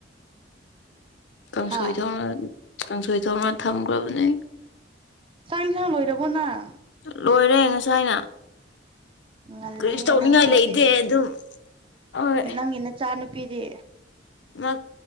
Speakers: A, on the left (about 75°); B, on the right (about 30°).
A: ꯀꯥꯡꯁꯣꯏ
B: ꯍꯥ
A: ꯊꯣꯡꯅ ꯀꯥꯡꯁꯣꯏ ꯊꯣꯡꯅ ꯊꯝꯈ꯭ꯔꯕꯅꯦ
B: ꯆꯥꯛ ꯏꯟꯁꯥꯡ ꯂꯣꯏꯔꯕꯣ ꯅꯪ
A: ꯂꯣꯏꯔꯦ ꯉꯁꯥꯏꯅ
B: ꯉꯜꯂꯦꯍꯦ
A: ꯀꯔꯤꯁꯨ ꯇꯧꯅꯤꯡꯉꯥꯏ
B: ꯅꯪ ꯐꯥꯎꯗꯤ
A: ꯂꯩꯇꯦ ꯑꯗꯨꯝ ꯍꯣꯏ
B: ꯅꯪꯒꯤ ꯅꯆꯥ ꯅꯨꯄꯤꯗꯤ
A: ꯃꯥ